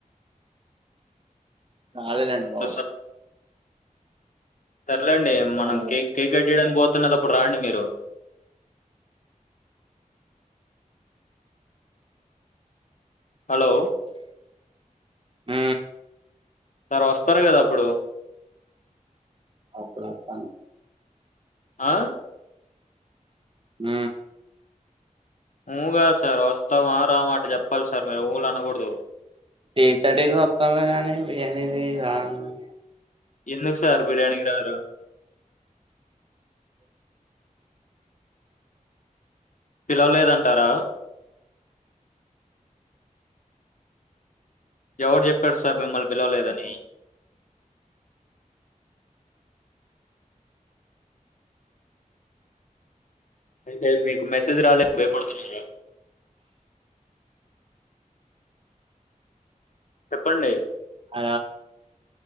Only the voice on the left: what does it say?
హలో
సార్ లేండి మనం
కేక్ కేక్ కట్ చేయడానికి పో తున్నదిప్పుడు రాండి మీరు హలో
సార్ వస్తారు కదా అప్పుడు
ఆ
ఊగా సార్ వస్తావ రావా అట చెప్పాలి సార్ మీరు ఊ అనకూడదు
ఎందుకు సార్ బిర్యానీకి రారు పిలవలేదంటారా ఎవరు చెప్పారు సార్ మిమ్మల్ని పిలవలేదని అయితే మీకు మెసేజ్ రాలేదు భయపడుతున్నారా చెప్పండి